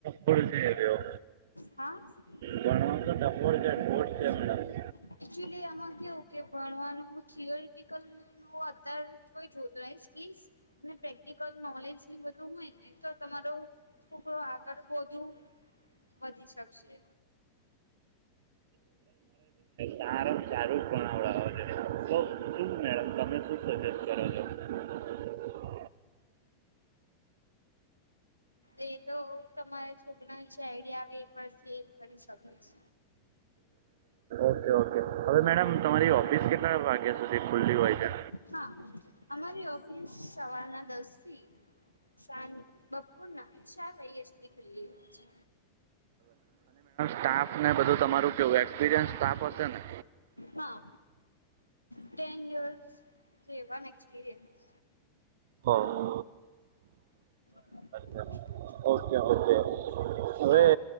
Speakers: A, on the right; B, on the left.
A: ઉલજે રહ્યો
B: હા એકચુલી
A: ભણવા તો ટકોર છે ઠોઠ
B: આમાં કેવું કે ભણવાનું થિયોરટિકલ હું અત્યારે કોઈ જોતો નહી સ્કીલ્સ ને પ્રેક્ટિકલ નોલેજ ની બધું હોય ને તો તમારું છોકરો આગળ વધુ વધી શકશે
A: સારું સારું જ ભણાવડાવ છે. તો શું મેડમ તમે શું સજેસ્ટ કરો છો હમ.
B: એ તો તમારા છોકરા ને જે આઈડિયા આવે એ પરથી કરી શકે છે
A: ઓકે ઓકે હવે મેડમ તમારી ઓફિસ કેટલા વાગ્યા સુધી ખુલ્લી હોય છે
B: હા અમારી ઓફિસ સવારના દસ થી સાંજ બ બપોર ના ચાર વાગે સુધી ખુલ્લી હોય છે
A: સ્ટાફને બધું તમારું કેવું એક્સપિરિયન્સ સ્ટાફ હશે ને
B: હા ટેન યર્સ જેવા એક્સપીરિયન્સ
A: હા.
B: <unintelligible>
A: છે ઓકે ઓકે હવે
B: હા